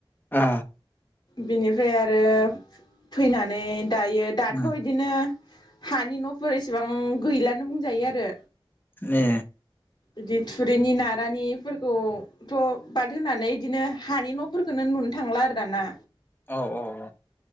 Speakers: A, on the left (about 20°); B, on the left (about 50°).
A: ओ
B: बिनिफ्राय आरो फैनानै दायो दाथ'
A: उम
B: इदिनो हानि न'फोर एसेबां गैलानो बुंजायो आरो।
A: ए
B: इदि थुरिनि नारानिफोरखौथ' बाद होनानै इदिनो हानि न'फोरखौनो नुनो थांला आरो दाना।
A: औ औ औ।